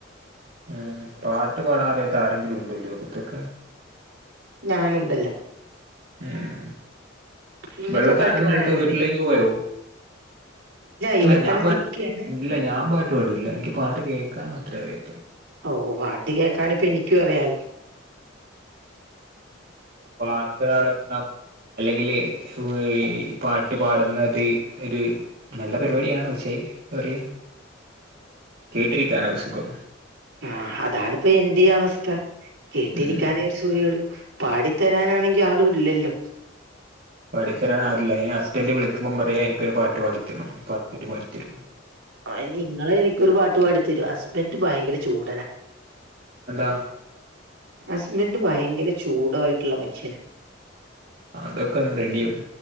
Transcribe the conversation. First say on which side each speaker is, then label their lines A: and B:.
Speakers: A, on the right; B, on the right.
A: ഉം പാട്ട് പാടാൻ അറിയാത്ത ആരെങ്കിലും ഉണ്ടോ ഈ ലോകത്തൊക്കെ
B: ഞാനുണ്ടല്ലോ
A: ഉം
B: നിങ്ങക്ക്
A: വെള്ളച്ചാട്ടത്തിന്റെ
B: പാട്ട് പാടാനറിയോ
A: അടുത്ത് വീട്ടിലേക്ക് പോയോ
B: ഇവിടെ
A: ഇല്ല ഞാൻ
B: തന്നെ
A: പാ
B: നിക്കയാണ്
A: ഇല്ല ഞാൻ പാട്ട് പാടൂല്ല എനിക്ക് പാട്ട് കേൾക്കാൻ മാത്രേ അറിയൂ
B: ഓ പാട്ട് കേക്കാനിപ്പോ എനിക്കും അറിയാലോ
A: പാട്ടൊരാള് ഇങ്ങനെ <unintelligible> അല്ലെങ്കില് ഈ പാട്ട് പാടുന്നത് ഒരു നല്ല പരിപാടിയാണ് പക്ഷെ പറയൂ കേട്ടിരിക്കാനാ ഒരു സുഖം
B: ആ അതാണിപ്പോ എന്റെയുംഅവസ്ഥ കേട്ടിരിക്കാനേ
A: ഉം
B: ഒരു സുഖെയൊള്ളു പാടിത്തരാനാണെങ്കി ആളും ഇല്ലല്ലോ
A: പാടി തരാനാരുഇല്ല ഇനിഹസ്ബന്റ് വിളിക്കുമ്പം പറയൂ എനിക്കൊരു പാട്ട് പാടിത്തരൂന്ന് അപ്പൊ ഹസ്ബന്റ് പാടി തരും
B: അയിന് ഇങ്ങള് എനിക്കൊരു പാട്ട്പാടി തരൂ ഹസ്ബന്റ് ഭയങ്കര ചൂടനാ
A: അതെന്താ
B: ഹസ്ബന്റ് ഭയങ്കര ചൂടായിട്ടൊള്ള മനുഷ്യനാ
A: അതൊക്കെ അങ്ങ് റെഡിയാവും